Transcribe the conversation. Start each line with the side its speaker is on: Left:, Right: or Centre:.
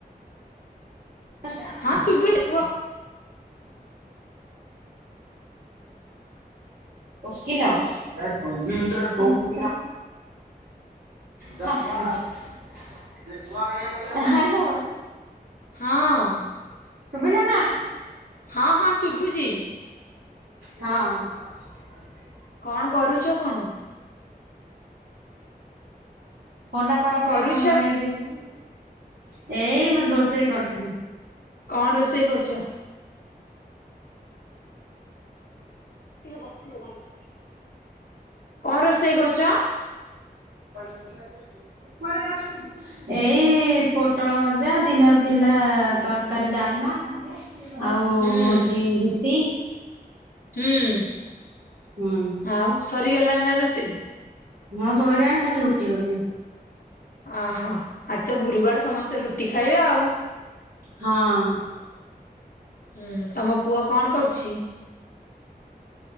Right: ଆଜା
Left: ହଁ ଶୁବୁନ କୁହ
Right: ଓକିଲୋ ଯାହା ଟୁଙ୍ଗି ଭିତରେ କୋଉ ଗୁଡ଼ିଆ ହ୍ୟାଲୋ
Left: ହଁ
Right: ସୁଭିଲା ନା
Left: ହଁ ହଁ ଶୁଭୁଛି
Right: ହଁ ଆଉ କପଡା ନାହିଁ
Left: କଣ କରୁଛ କଣ
Right: ଫୋନ୍ ଟା ଖରାପ
Left: କରୁଛ
Right: ହେଲେ ଫୋନ୍ ଟା ଆଣିକି ଦେଇ ଦଉନ ଏଇ ରୋଷେଇ କରୁଥିଲି
Left: କଣ ରୋଷେଇ କରୁଛ ସେ ବସିଥିବ କଣ କି କଣ ରୋଷେଇ କରୁଛ
Right: କୁଆଡେ ଯାଉଛିକି ଏଇ ପୋଟଳ ଭଜା ଦିନରେ ଥିଲା ତରକାରୀ ଡାଲମା ଆଉ
Left: ହୁଁ
Right: ହଉଛି ରୁଟି
Left: ହୁଁ
Right: ହୁଁ
Left: ଆଉ ସରିଗଲା ନା ରୋଷେଇ
Right: ହଁ ସରିଲାଣି ଖାଲି ରୁଟି କରିବି
Left: ଆ ହୋ ଆଜି ତ ଗୁରୁବାର ସମସ୍ତେ ରୁଟି ଖାଇବେ ଆଉ
Right: ହଁ
Left: ହୁଁ ତମ ପୁଅ କଣ କରୁଛି?